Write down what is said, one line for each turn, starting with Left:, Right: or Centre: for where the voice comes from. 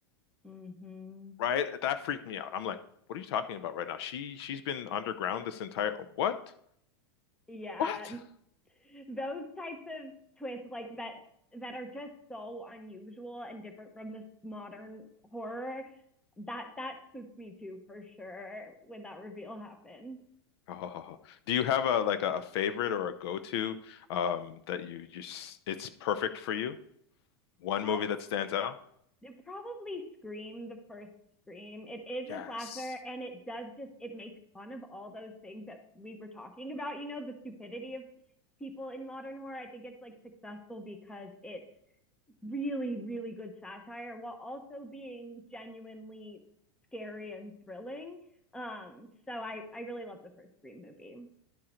Centre: mm hmm
Left: right? That freaked me out. I'm like, what are you talking about right now? She she's been underground this entire what?
Centre: Yeah,
Left: What? <laughs>
Centre: those types of twists, like that, that are just so unusual and different from this modern horror. That that spooked me too, for sure, when that reveal happened.
Left: Oh, do you have a like a, a favorite or a go-to um that you you s- it's perfect for you? One
Centre: Probably
Left: movie that stands out?
Centre: it probably Scream, the first Scream. It is
Left: Yes.
Centre: a slasher and it does just, it makes fun of all those things that we were talking about, you know, the stupidity of people in modern horror. I think it's like successful because it's really, really good satire while also being genuinely scary and thrilling. Um, so I, I really love the first Scream movie.